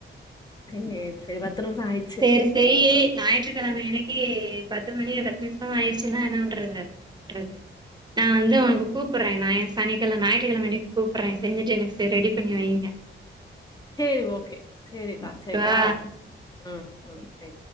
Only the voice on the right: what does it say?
செரி செய்யி ஞாயிற்றுக்கிழம அன்னைக்கி பத்து மணி பத்து நிம்ஷோ ஆயிடுச்சுன்னா என்னா பண்றது பண்றது நா வந்து உனக்கு கூப்புர்ற நா சனிக்கிழ ஞயிற்றுக்கிழம அன்னிக் கூப்பர்ற செஞ்சுட்டு எனக் ரெடி பண்ணி வைங்க
வா